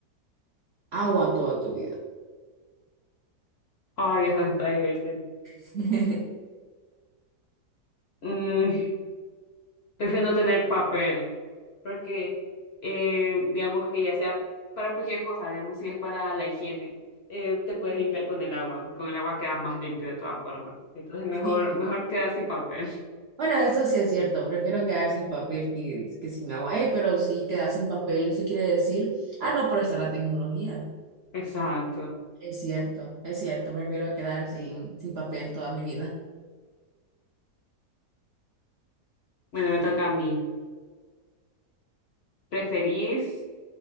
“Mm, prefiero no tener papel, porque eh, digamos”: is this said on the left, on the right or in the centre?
Left